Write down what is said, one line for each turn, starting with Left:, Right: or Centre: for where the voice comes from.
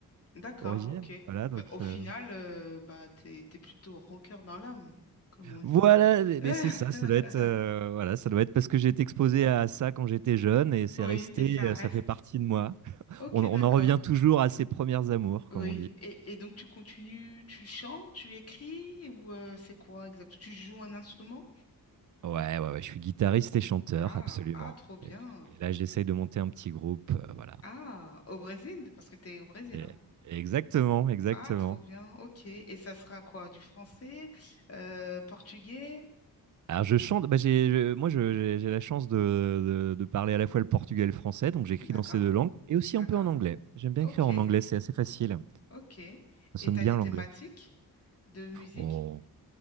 Left: d'accord,
Right: originel.
Left: ok.
Right: Voilà, donc.
Left: Bah, au final,
Right: euh,
Left: euh, bah, t'es, t'es plutôt rocker dans l'âme, comme on dit.
Right: Voilà, mais
Left: <laughs>
Right: mais c'est ça, ça doit être, heu, voilà, ça doit être parce que j'ai été exposé à ça quand j'étais jeune et c'est
Left: Oui,
Right: resté,
Left: et ça
Right: heu,
Left: reste.
Right: ça fait partie de moi.
Left: Ok,
Right: On on
Left: d'accord,
Right: en revient toujours à ses premières amours, comme
Left: oui.
Right: on dit.
Left: Et, et donc, tu continues, tu chantes, tu écris ou euh, c'est quoi exactement? Tu joues un instrument?
Right: Ouais, ouais, ouais, je suis guitariste et chanteur,
Left: Ah,
Right: absolument
Left: ah, trop bien.
Right: et et là, j'essaye de monter un petit groupe, heu, voilà
Left: Ah, au Brésil, parce que t'es au Brésil,
Right: et
Left: hein.
Right: exactement, exactement.
Left: Ah, trop bien, ok. Et ça sera quoi? Du français, euh, portugais?
Right: Alors je chante, bah, j'ai je moi, je j'ai j'ai la chance de de de parler à la fois le portugais et le français, donc j'écris
Left: D'accord,
Right: dans ces 2 langues et aussi
Left: d'accord.
Right: un peu en anglais. J'aime bien
Left: Ok,
Right: écrire en anglais, c'est assez facile.
Left: ok. Et
Right: Ça sonne
Left: t'as
Right: bien
Left: des thématiques
Right: l'anglais.
Left: de musique
Right: Oh!